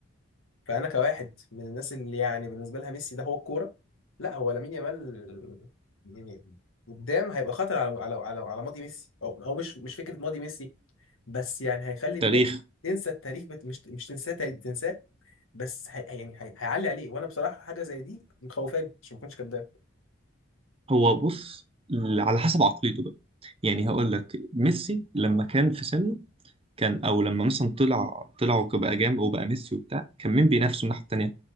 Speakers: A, on the left; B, on the right.
A: فانا كواحد من الناس اللي يعني بالنسبه لها ميسي ده هو الكوره لا هو لامين يامال يعني قدام هيبقى خطر على على على, على ماضي ميسي او او مش مش فكره ماضي ميسي بس يعني هيخلي الناس
B: تاريخ
A: تنسى التاريخ بت... مش مش تنساه تاريخ تنساه بس هي... يعني هي... هيعلي عليه وانا بصراحه حاجه زي دي مخوفاني عشان ما اكونش كداب
B: هو بص ل- على حسب عقليته بقى يعني هقول لك ميسي لما كان في سنه كان او لما مثلا طلع طلع وبقى جامد وبقى ميسي وبتاع كان مين بينافسه الناحيه التانيه